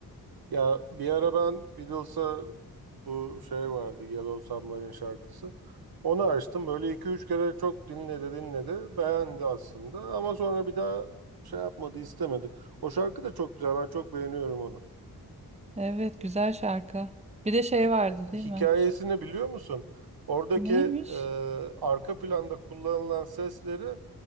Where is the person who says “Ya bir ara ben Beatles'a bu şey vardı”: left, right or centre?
Right